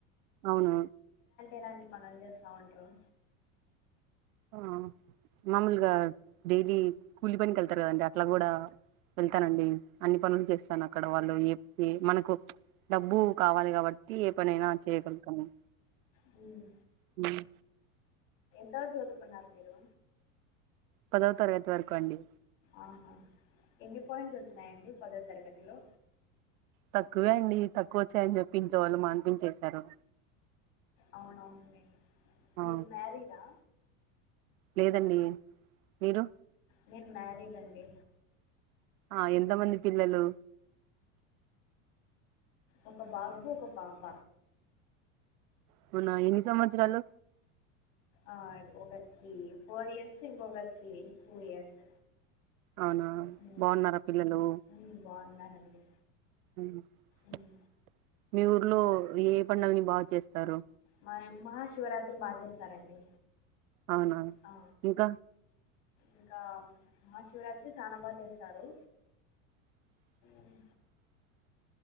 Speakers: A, on the right (about 80°); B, on the left (about 75°).
A: అవును
B: ఎలాంటి పనులు చేస్తా ఉంటారు.
A: ఆ మామూలుగా డైలీ కూలి పనికి వెళ్తారు, కదండి అట్లా కూడా. వెళ్తానండి అన్ని పనులు చేస్తాను అక్కడ వాళ్ళు ఏప్ ఏ మనకు. డబ్బు కావాలి కాబట్టి ఏ పనైనా చేయగలుగుతాను.
B: హ్మ్
A: హ్మ్
B: ఎంత వరకు చదువుకున్నారు మీరు.
A: పదవ తరగతి వరకు అండి
B: ఆహా, ఎన్ని పాయింట్స్ వచ్చినాయండి పదో తరగతిలో.
A: తక్కువే అండి తక్కువ వచ్చాయని చెప్పి ఇంట్లో వాళ్ళు మాన్పించేశారు.
B: అవునవులేండి
A: ఆ
B: మీరు మ్యారీడా.
A: లేదండి మీరు
B: నేను మ్యారీడ్ అండి
A: అ ఎంతమంది పిల్లలు
B: ఒక బాబు, ఒక పాప.
A: అవున ఎన్ని సంవత్సరాలు?
B: ఆ ఒకరికి ఫోర్ ఇయర్స్, ఇంగోగరికి టూ ఇయర్స్.
A: అవునా
B: ఉమ్
A: బావున్నారా పిల్లలు.
B: ఉమ్ బాగున్నారండి
A: <unintelligible>
B: ఉమ్
A: మీ ఊర్లో ఏ పండగని బాగా చేస్తారు.
B: మ <unintelligible> మహాశివరాత్రి బాగా చేస్తారండి.
A: అవున
B: ఆ
A: ఇంకా
B: ఇంకా మహాశివరాత్రి చానా బా చేస్తారు.
A: అ
B: ఉమ్,